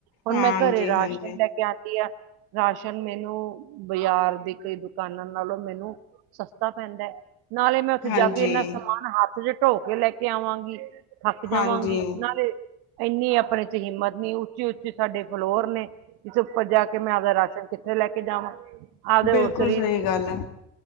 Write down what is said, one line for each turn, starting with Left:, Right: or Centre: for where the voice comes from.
Right: ਹੁਣ
Left: ਹਾਂਜੀ
Right: ਮੈਂ ਘਰੇ ਰਾਸ਼ਨ
Left: ਹਾਂਜੀ
Right: ਲੈ ਕੇ ਆਉਂਦੀ ਆ। ਰਾਸ਼ਨ ਮੈਨੂੰ ਬਾਜ਼ਾਰ ਦੇ ਕਈ ਦੁਕਾਨਾਂ ਨਾਲੋਂ ਮੈਨੂੰ ਸਸਤਾ ਪੈਂਦਾ ਹੈ। ਨਾਲੇ ਮੈਂ ਉੱਥੇ
Left: ਹਾਂਜੀ
Right: ਜਾ ਕੇ ਇਨਾ ਸਮਾਨ ਹੱਥ ਚ ਢੋ ਕੇ ਲੈ ਕੇ ਆਵਾਂਗੀ। ਥੱਕ ਜਾਵਾਂਗੀ
Left: ਹਾਂਜੀ।
Right: ਨਾਲੇ ਇੰਨੀ ਆਪਣੇ ਚ ਹਿੰਮਤ ਨ ਉੱਚੇ ਉੱਚੇ ਸਾਡੇ ਫਲੋਰ ਨੇ। ਕਿਸ ਉੱਪਰ ਜਾ ਕੇ ਮੈਂ ਆਪਦਾ ਰਾਸ਼ਨ ਕਿੱਥੇ ਲੈ ਕੇ ਜਾਵਾਂ। ਆਪਦੇ
Left: ਬਿਲਕੁਲ
Right: ਹੋਰ ਸਰੀਰ
Left: ਸਹੀ ਗੱਲ ਹੈ